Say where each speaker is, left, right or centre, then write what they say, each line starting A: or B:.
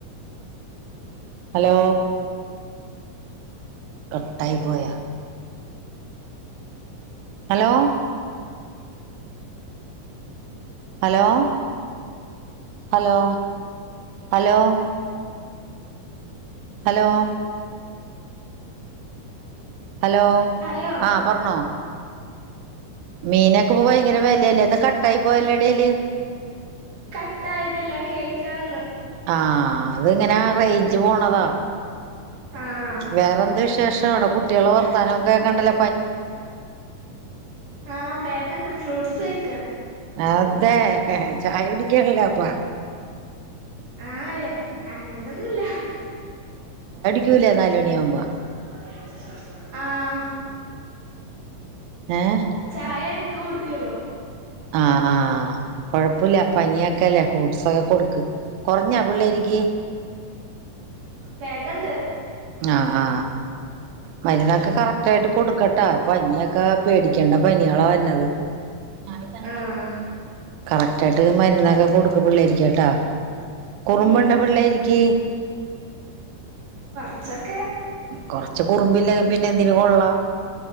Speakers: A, on the right; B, on the right.
A: hello കട്ടായി പോയ hello hello hello hello hello hello
B: hello
A: ആഹ പറണോ മീനൊക്കെ ഇപ്പ ഭയങ്കര വിലല്ലേ എന്താ ക കൈ പോയല്ലടേല്
B: കട്ടായതല്ല കേൾക്കാൻ
A: ആഹ അത്ങ്ങനെ റേഞ്ച് പോണതാ
B: ആഹ്
A: വേറെ എന്ത് വിശേഷം ഇവിടെ കുട്ടികളെ വർത്താനക്ക കണ്ടല
B: ആഹ പേദണ്ട് ഫ്രൂട്സ്ക്ക
A: അതെ ചായ പിടിക്കാനല്ലേ അപ്പാ
B: ആയാ അങ്ങനൊന്നുമല്ല
A: ജൂല നാല് മണിയാവുമ്പോ
B: ക്ക പറയാ ആഹ
A: ഏഹ്
B: ചായട കുടിക്കള്ളോ
A: ആ് ആ കൊഴപ്പില്ല പനിയൊക്കെല്ലേ ഫ്രൂട്ട്സൊക്കെ കൊടുക്ക് കുറഞ്ഞാ പിള്ളോയിക്ക്
B: വേദണ്ട്
A: ആ ആ മരുന്നൊക്കെ കറക്റ്റയിട്ട് കൊടുക്കട്ടോ പനിയൊക്കെ പേടിക്കേണ്ട പനികളാ വന്ന ത് <unintelligible>
B: ആഹ്
A: കറ റ്റട്ട് മന്നക്കെ കൊടു പിള്ളായിരികേട്ടാ കുറുമ്പണ്ട
B: ഉം
A: പിള്ളാരിക്ക്
B: ച്ച്
A: കൊറച് കുറുമ്പില്ലെ പിന്നെ എന്തിന് കൊള്ളാം